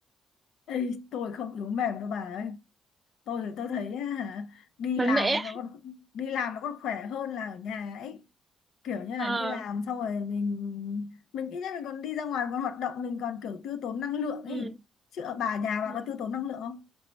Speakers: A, on the left; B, on the right.
A: Ê, tôi không yếu mềm đâu bà ơi. Tôi thì tôi thấy á, hả, đi
B: mạnh
A: làm
B: mẽ
A: nó còn đi làm nó còn khỏe hơn là ở nhà ấy. Kiểu như
B: ờ
A: là đi làm xong rồi mình mình ít nhất mình còn đi ra ngoài còn hoạt động mình còn kiểu tiêu tốn năng lượng ấy.
B: ừ
A: Chứ ở bà nhà bà
B: ừ.
A: có tiêu tốn năng lượng không?